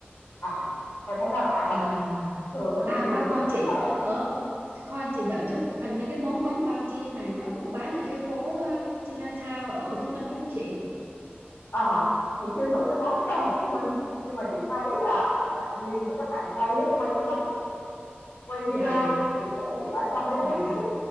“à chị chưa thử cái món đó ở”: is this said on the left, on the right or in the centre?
Left